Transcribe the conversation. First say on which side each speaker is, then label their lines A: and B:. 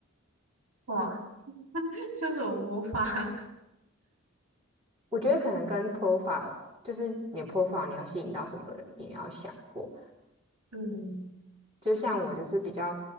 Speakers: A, on the right (about 75°); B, on the right (about 25°).
A: 哇，<laughs> 像什么魔法？<laughs>
B: 我觉得可能跟 profile，就是你的 profile 你要吸引到什么人，你也要想过。
A: 嗯，
B: 就像我就是比较